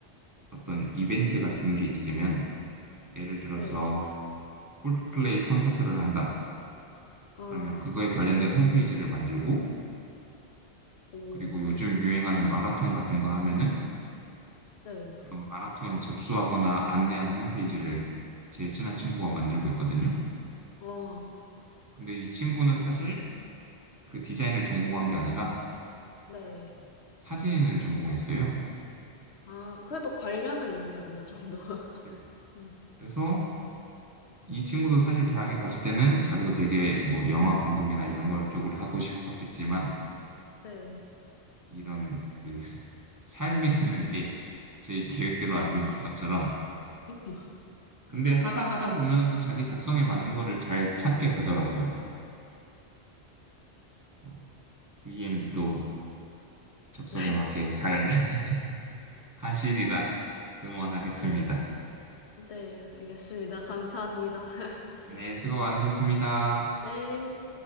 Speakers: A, on the right (about 20°); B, on the left (about 75°).
A: 어떤 이벤트 같은 게 있으면 예를 들어서
B: 네.
A: 콜드플레이 콘서트를 한다.
B: 어.
A: 그러면 그거에 관련된 홈페이지를 만들고
B: 오,
A: 그리고 요즘 유행하는 마라톤 같은 거 하면은
B: 네네.
A: 그런 마라톤 접수하거나 안내하는 홈페이지를 제일 친한 친구가 만들고 있거든요.
B: 아,
A: 근데 이 친구는 사실 그 디자인을 전공한 게 아니라
B: 네.
A: 사진을 전공했어요.
B: 아, 그래도 관련은 있네요, 어느 정도. <laughs>
A: 네.
B: 음,
A: 그래서 이 친구도 사실 대학에 갔을 때는 자기도 되게 뭐 영화 감독이나 이런 걸 쪽을 하고 싶었겠지만
B: 네,
A: 이런 그 <laughs> 삶이라는 게 제 계획대로
B: 네,
A: 안 되는 것처럼
B: 네,
A: 근데 하다 하다 보면 또 자기 작성에 맞는 거를 잘 찾게 되더라고요. 어. VMD도
B: <laughs>
A: 적성에
B: 네,
A: 맞게 잘 <laughs> 하시리라 응원하겠습니다.
B: 네, 네, 알겠습니다. 감사합니다. <laughs>
A: 네, 수고 많으셨습니다.
B: 네.